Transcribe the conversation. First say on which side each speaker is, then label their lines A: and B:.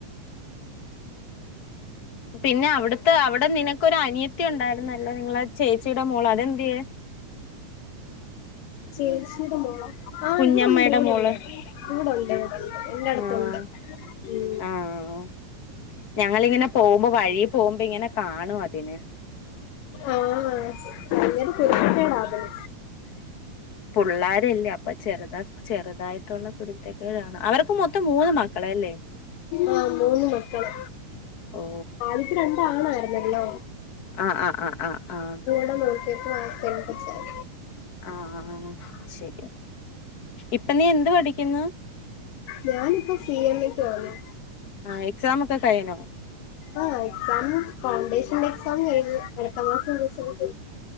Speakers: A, on the left; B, on the left.
A: പിന്നെ അവിട്ത്തെ അവിടെ നിനക്കൊരു അനിയത്തി ഉണ്ടായിരുന്നല്ലോ നിങ്ങളെ ചേച്ചിയുടെ മോള് അതെന്തെ?
B: ചേച്ചിയുടെ മോളോ ആഹ്
A: കുഞ്ഞമ്മയുടെ
B: ഇവിടുണ്ട് ഇവിടുണ്ട്
A: മോള്
B: ഇവിടെണ്ട് ഇവിടെണ്ട് എന്റെ അടുത്തുണ്ട്
A: ആഹ്
B: ഉം
A: ആഹ് ഞങ്ങളിങ്ങനെ പോകുമ്പോ വഴി പോകുമ്പോ ഇങ്ങനെ കാണും അതിനെ
B: ആഹ് അങ്ങനെ കുര്തെക്കെടാ അവന്
A: പുള്ളാരല്ലേ അ ചെറുത ചെറുതായിട്ടുള്ള കുരുത്തക്കേടാണ് അവര്ക്കും മൊത്തം മൂന്ന് മക്കള് എല്ലേ
B: ആഹ് മൂന്ന് മക്കള്
A: ഓ
B: ആദ്യത്തെ രണ്ടാണായിരുന്നല്ലോ
A: ആഹ് ആഹ് ആഹ് ആഹ് ആഹ്
B: <unintelligible> നോക്കിയോല്ക്ക് <unintelligible>
A: ആഹ് ശരിയാ ഇപ്പ നീ എന്ത് പഠിക്ക്യുന്നു
B: ഞാന്പ്പോ സി എമ്ക്കോന്ന്
A: ആഹ് എക്സാമൊക്കെ കഴിനോ
B: ആഹ് എക്സാമ് ഫൗണ്ടേഷൻ എക്സാമ് കഴിഞ്ഞു അട്ത്ത മാസം റിസൾട്ട്